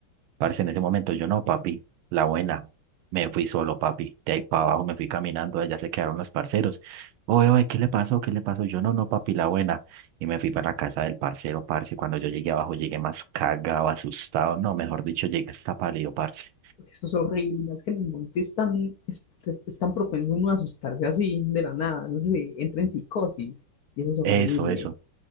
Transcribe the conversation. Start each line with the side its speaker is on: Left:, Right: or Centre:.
Right: Parce, en ese momento yo no, papi. La buena. Me fui solo, papi. De ahí para abajo me fui caminando, allá se quedaron los parceros. Oye, oye, ¿qué le pasó? ¿Qué le pasó? Yo no, no, papi, la buena. Y me fui para la casa del parcero, parce. Cuando yo llegué abajo, llegué más cagado, asustado. No, mejor dicho, llegué hasta pálido, parce.
Left: porque eso es horrible, es que en el monte es tan, es, es tan propenso uno a asustarse así de la nada, no sé, si entra en psicosis y eso es horrible.
Right: Eso, eso.